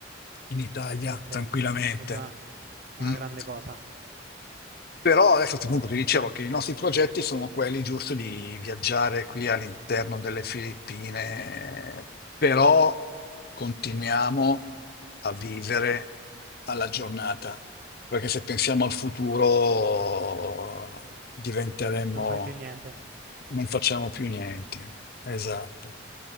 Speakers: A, on the left (about 50°); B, on the right (about 45°).
A: in Italia
B: ok,
A: tranquillamente.
B: è già è una
A: Mm.
B: grande cosa,
A: Però adesso a questo punto ti dicevo che i nostri progetti sono quelli giusto di viaggiare qui all'interno delle Filippine, però continuiamo a vivere alla giornata, perché se pensiamo al futuro diventeremo,
B: non fai più niente.
A: non facciamo più niente. Esatto.